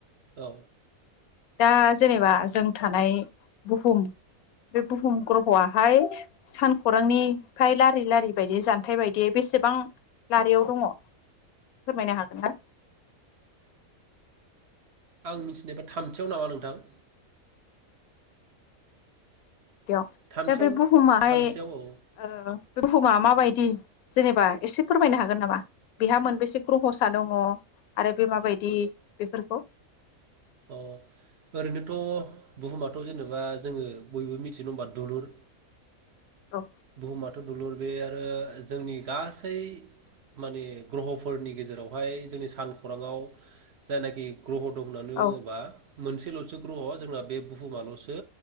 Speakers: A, on the right; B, on the left.
A: औ
B: दा जेनेबा जों थानाय बुहुम बे बुहुम ग्रह'आहाय सानखरांनिफ्राय ला लारि लारि बायदि जान्थायाइ बायदि बेसेबां लारियाव दङ फोरमायनो हागोन ना?
A: आं मिथिनायब थामथियाव नामा नोंथां?
B: याव
A: थामथियाव
B: दा बे बुहुमाहाय
A: थामथियाव औ
B: ओ-बुहुमा माबायद ओम जेनेबा एसे फोरमायनो हागोन नामा? बेहा मोनबैसे ग्रहसा दं? आरो बे माबायदि बेफोरखौ।
A: अ ओरैनोथ' बुहुमाथ' जेनेबा जोङो बयबो मिथिनो <unintelligible> दलुर
B: औ
A: बुहुमाथ' दुलुर बे आरो जोंनि गासै माने ग्रहफोरनि गेजेरावहाय जोंनि सानखराङाव जायनाखि। ग्रह' दं होननानै
B: औ
A: बुङोबा। मोनसेल'सो ग्रह' जोंना बे बुहुमाल'सो